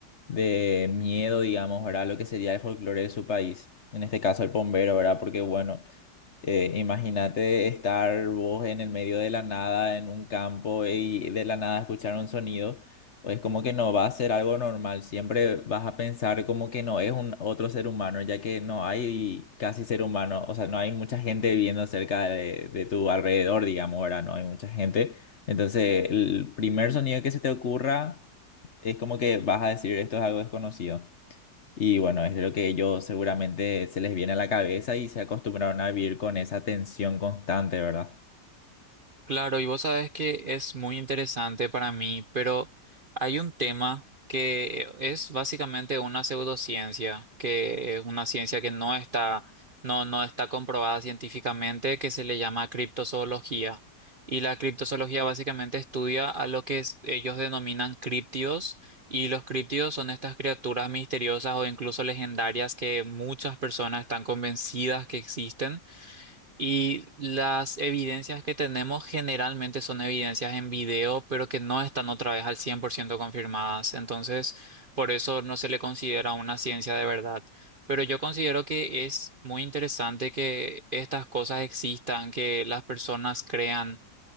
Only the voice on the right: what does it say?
Claro, y vos sabes que es muy interesante para mí, pero hay un tema que es básicamente una pseudociencia, que es una ciencia que no está, no, no está comprobada científicamente, que se le llama criptozoología. Y la criptozoología básicamente estudia a lo que es- ellos denominan críptidos, y los críptidos son estas criaturas misteriosas o incluso legendarias que muchas personas están convencidas que existen y las evidencias que tenemos generalmente son evidencias en video, pero que no están otra vez al 100% confirmadas. Entonces, por eso no se le considera una ciencia de verdad. Pero yo considero que es muy interesante que estas cosas existan, que las personas crean.